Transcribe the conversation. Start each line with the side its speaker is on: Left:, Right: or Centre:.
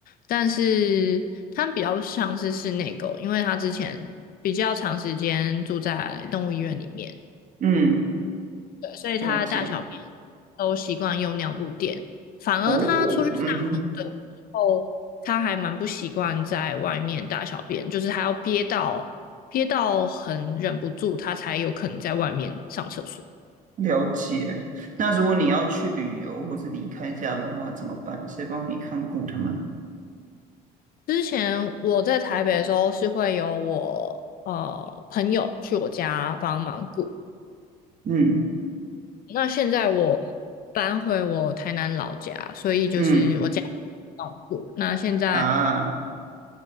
Left: 但是它比较像是室内狗，因为它之前比较长时间住在动物医院里面。
Right: 嗯，
Left: 对，所以他大小便
Right: 了解。
Left: 都习惯用尿布垫，反而他出去大号的时候，
Right: 哦，嗯哼，
Left: 他还蛮不习惯在外面大小便，就是他要憋到憋到很忍不住，他才有可能在外面上厕所。
Right: 了解。那如果你要去旅游或是离开家的话，怎么办？谁帮你看顾他们？
Left: 之前我在台北的时候是会有我呃朋友去我家帮忙顾，
Right: 嗯，
Left: 那现在我搬回我台南老家，所以就是我家
Right: 嗯
Left: 照顾。那现在。
Right: 啊，